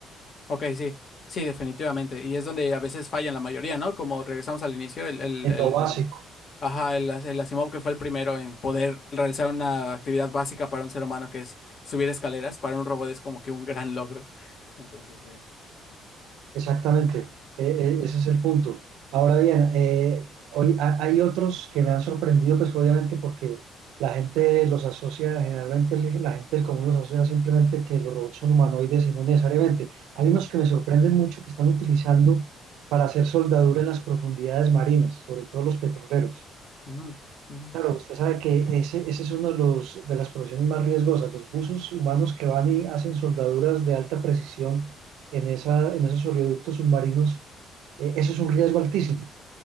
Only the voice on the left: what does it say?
ok, sí, sí, definitivamente. Y es donde a veces fallan la mayoría, ¿no? Como regresamos al inicio, el, el,
el-
Ajá, el, As- el Asimov que fue el primero en poder realizar una actividad básica para un ser humano que es subir escaleras, para un robot es como que un gran logro. Entonces, sí.
ujú,
ujú, ujú.